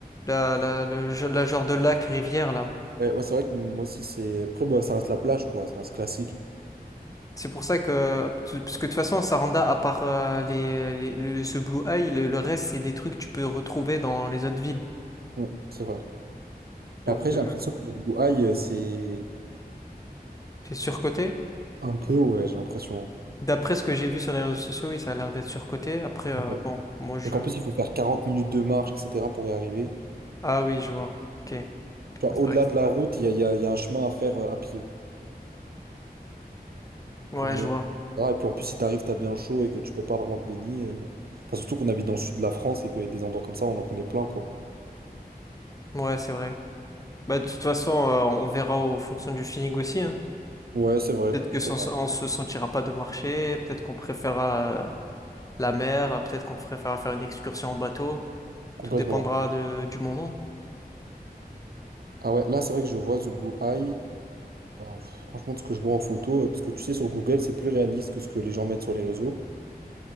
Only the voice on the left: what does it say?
la, la, le ge- la genre de lac, rivière, là.
C'est pour ça que, parce que de toute façon, Saranda, à part euh, les, les- le- ce Blue Eye, le, le reste, c'est des trucs que tu peux retrouver dans les autres villes.
Donc,
euh,
c'est surcoté.
D'après ce que j'ai vu sur les réseaux sociaux, oui, ça a l'air d'être surcoté. Après, euh,
bon, moi, je...
Ah oui, je vois. Ok. Ah,
C'est
vrai que...
Ouais,
je vois.
Ouais, c'est vrai. Bah, de toute façon, euh, on verra en fonction du feeling aussi, hein.
Peut-être que sans-
on se sentira pas de marcher, peut-être qu'on préférera la mer, euh, peut-être qu'on préférera faire une excursion en bateau.
Tout dépendra de- du moment.